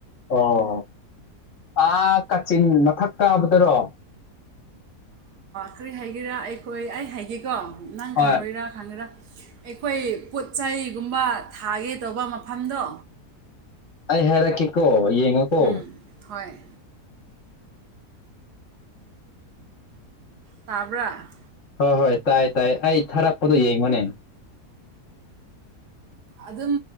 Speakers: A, on the left; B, on the right.
A: ꯑꯣ ꯑꯥ ꯀꯥꯆꯤꯟ ꯃꯊꯛ ꯇꯥꯕꯗꯔꯣ
B: ꯀꯔꯤ ꯍꯥꯏꯒꯦꯔꯥ ꯑꯩꯈꯣꯏ ꯑꯩ ꯍꯥꯏꯒꯦꯀꯣ ꯅꯪ
A: ꯍꯣꯏ
B: ꯈꯪꯉꯣꯏꯔꯥ ꯈꯪꯉꯦꯔꯥ ꯑꯩꯈꯣꯏ ꯄꯣꯠ ꯆꯩꯒꯨꯝꯕ ꯊꯥꯒꯦ ꯇꯧꯕ ꯃꯐꯝꯗꯣ
A: ꯑꯩ ꯍꯥꯏꯔꯛꯀꯦꯀꯣ ꯌꯦꯡꯉꯣꯀꯣ
B: ꯎꯝ ꯍꯣꯏ ꯇꯥꯕ꯭ꯔ
A: ꯍꯣꯏ ꯍꯣꯏ ꯇꯥꯏ ꯇꯥꯏ ꯑꯩ ꯊꯥꯔꯛꯄꯗꯣ ꯌꯦꯡꯉꯨꯅꯦ
B: ꯑꯗꯨꯝ